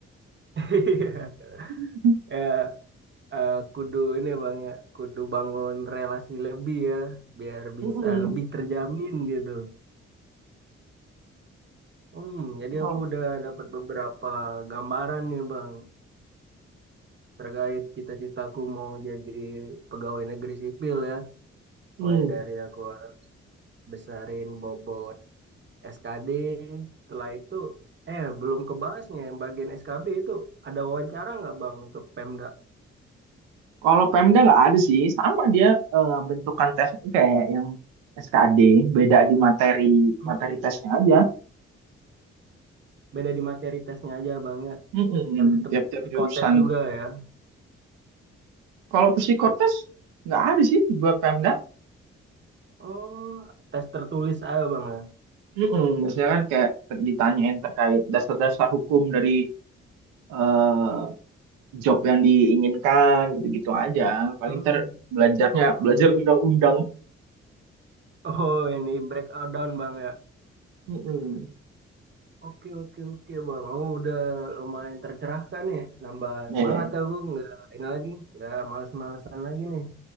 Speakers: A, on the right; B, on the right.
A: Iya.
B: <laughs>
A: Ya, eh, kudu ini bang ya, kudu bangun relasi lebih ya, biar bisa
B: Mm-mm.
A: lebih terjamin gitu. Hmm, jadi
B: Kalau
A: aku udah dapat beberapa gambaran nih bang. terkait cita-citaku mau jadi pegawai negeri sipil ya.
B: mm.
A: Mulai dari aku harus besarin bobot SKD. Setelah itu, eh belum kebahasnya yang bagian SKB itu ada wawancara nggak Bang untuk Pemda?
B: Kalau Pemda nggak ada sih, sama dia eh, bentukan tes kayak yang SKD, beda di materi
A: Hmm,
B: materi tesnya aja.
A: beda di materi tesnya aja Bang ya.
B: Mm-mm.
A: Tapi tetap
B: Tiap-tiap
A: psikotes
B: jurusan.
A: juga ya.
B: Kalau psikotes nggak ada sih buat Pemda.
A: Oh, tes tertulis aja Bang ya.
B: Mm-mm, Biasanya kan kayak ter- ditanyain terkait dasar-dasar hukum dari eh, job yang diinginkan gitu-gitu aja. Paling
A: Hmm.
B: ntar belajarnya
A: Oh.
B: belajar undang-undang.
A: Oh, ini breakdown Bang ya.
B: Mm-mm.
A: Oke oke oke bang, oh udah lumayan tercerahkan ya, nambah
B: Eh,
A: semangat aku nggak ini lagi, nggak males-malesan lagi nih.